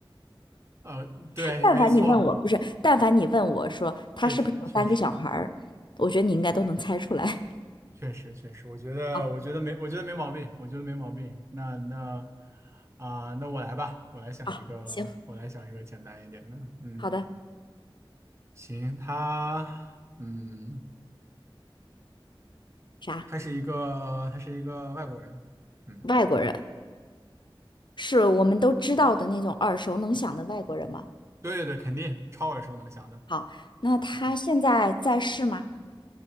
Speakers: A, on the right; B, on the left.
A: 呃，对，
B: 但凡你问我，
A: 没错，
B: 不是，但凡你问我说他是不是有三个小孩儿，
A: 确实确实，
B: 我觉得你应该都能猜出来。<laughs>
A: 确实，确实，我觉得，
B: 好，
A: 我觉得没，我觉得没毛病，我觉得没毛病。那那啊、那我来吧，我来想一个，
B: 好，行，
A: 我来想一个简单一点的。嗯，
B: 好的，
A: 行，他，嗯，
B: 啥？
A: 他是一个，他是一个外国人。嗯，
B: 外国人是我们都知道的那种耳熟能详的外国人吗？
A: 对对对，肯定超耳熟能详的。
B: 好，那他现在在世吗？
A: 嗯，